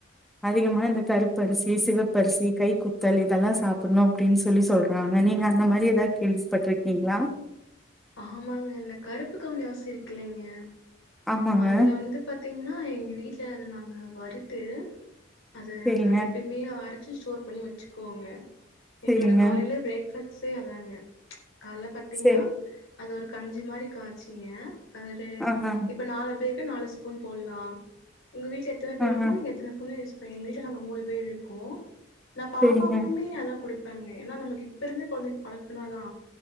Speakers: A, in the centre; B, on the left (about 80°).
A: அதிகமா இந்த கருப்பரிசி சிவப்பரிசி கை குத்தல் இதெல்லா சாப்பணு அப்டின் சொல்லி சொல்றாங்க நீங்க அந்த மாரி எதா கேள்விப்பட்ருக்கிங்ளா
B: ஆமாங்க இந்த கருப்பு கவுனி அரிசி இருக்குல்லைங்க
A: ஆமாங்க
B: அதுல வந்து பாத்திங்னா எங்க வீட்ல அத நாங்க வறுத்து அத
A: செரிங்க
B: நாங்க எப்பைமே அரைச்சு ஸ்டோர் பண்ணி வெச்சுக்குவங்க எங்களோட
A: செரிங்க
B: காலையில பிரேக் ஃபாஸ்ட்டே அதாங்க கால்ல பாத்திங்கனா
A: செரி
B: அது ஒரு கஞ்சி மாரி காச்சிங்க அரு இப்
A: ஆஹா
B: இப்ப நாலு பேருக்கு நாலு ஸ்பூன் போடலா உங்க வீட்ல எத்தன பேர்
A: ஆஹா
B: இருக்கமோ நீங்க எத்தன ஸ்பூன் யூஸ் இப்ப எங்க வீட்ல நாங்க மூணு பேர் இருக்கோ நா பாப்பாக்குமே
A: செரிங்க
B: அதா குடுப் பங்க ஏன்னா நமக்கு இப்ப இருந்தே கொழந்தைக்கு பழக்குனாதா